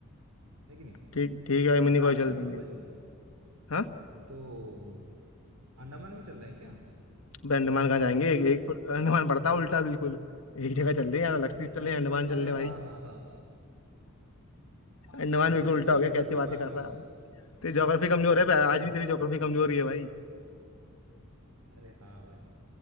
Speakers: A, on the right (about 85°); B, on the left (about 65°).
A: है कि नहीं
B: ठीक ठीक है भाई
A: बता
B: मिनी कॉय
A: रहा
B: चल
A: था मिनीकोय
B: देंगे
A: जाने की।
B: हाँ
A: हम तो अंडमान भी चल रहे हैं क्या
B: भाई अंडमान कहाँ जाएंगे एक, एक अंडमान पड़ता है उल्टा बिल्कुल एक जगह चल रहे हैं यार लक्षद्वीप
A: <laughs>
B: चले अंडमान
A: अरे
B: चल रहे भाई
A: हाँ हाँ हाँ
B: अंडमान
A: अ, लक्षद्वीप
B: बिल्कुल उल्टा हो गया
A: मिनी
B: कैसी
A: कोई
B: बातें
A: पास
B: कर
A: में ही
B: रहा है भाई
A: है।
B: तेरी ज्योग्राफी
A: <laughs>
B: कमजोर है पर
A: अरे
B: आज
A: अन-
B: भी तेरी ज्योग्राफी कमजोर ही है भाई
A: अरे हाँ भाई